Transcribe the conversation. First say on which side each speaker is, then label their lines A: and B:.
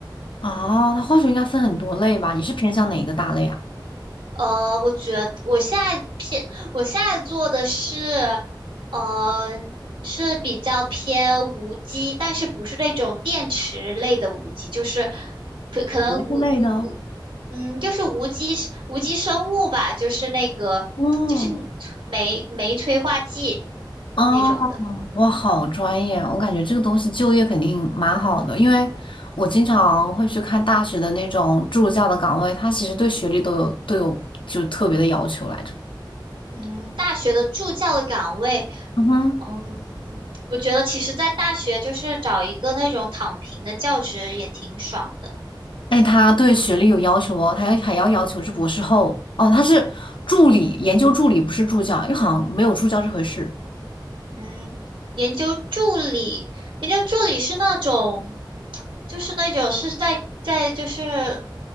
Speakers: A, on the left (about 80°); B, on the right (about 80°).
A: 哦，那化学应该分很多类吧？你是偏向哪一个大类啊？
B: 呃，我觉得我现在偏，我现在做的是，呃，是比较偏无机，但是不是那种电池类的无机，就是可可能无无，
A: 物类的。
B: 嗯，就是无机无机生物吧，就是那个就是你酶酶催化剂
A: 哦，哦，
B: 那种的。
A: 哇，好专业哦！我感觉这个东西就业肯定蛮好的，因为我经常会去看大学的那种助教的岗位，他其实对学历都有都有就特别的要求来着。
B: 嗯，大学的助教的岗位，
A: 嗯哼，
B: 嗯，我觉得其实在大学就是找一个那种躺平的教职也挺爽。的。
A: 哎，他对学历有要求哦，他还还要要求是博士后哦，他是助理，研究助理不是助教，因为好像没有助教这回事。
B: 嗯，研究助理，研究助理是那种，就是那种是在在就是，